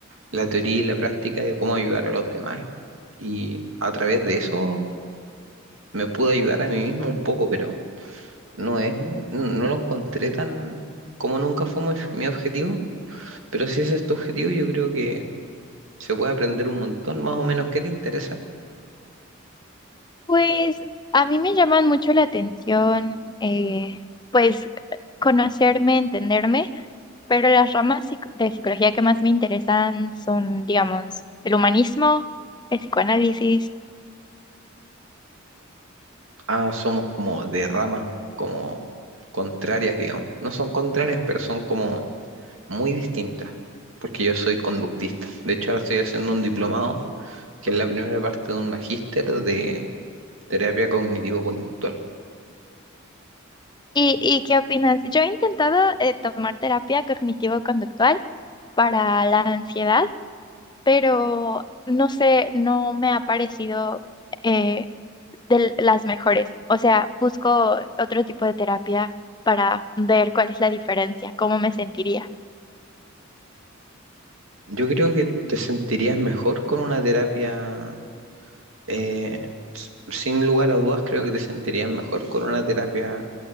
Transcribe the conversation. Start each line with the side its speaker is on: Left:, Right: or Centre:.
Right: la teoría y la práctica de cómo ayudar a los demás. Y a través de eso me pude ayudar a mí mismo un poco, pero no es, mu- no lo encontré tan, como nunca fue mi mi objetivo Pero si ese es tu objetivo, yo creo que se puede aprender un montón, más o menos, ¿qué te interesa?
Left: Pues a mí me llaman mucho la atención, eh, pues conocerme, entenderme, pero las ramas psic- de psicología que más me interesan son, digamos, el humanismo, el psicoanálisis.
Right: Ah, somos como de ramas, como contrarias, digamos. No son contrarias, pero son como muy distintas, porque yo soy conductista. De hecho, ahora estoy haciendo un diplomado, que es la primera parte de un magíster de terapia cognitivo-conductual.
Left: ¿Y, y qué opinas? Yo he intentado eh, tomar terapia cognitivo-conductual para la ansiedad, pero no sé, no me ha parecido... eh, de las mejores. O sea, busco otro tipo de terapia para ver cuál es la diferencia, cómo me sentiría.
Right: Yo creo que te sentirías mejor con una terapia, eh, s- sin lugar a dudas, creo que te sentirías mejor con una terapia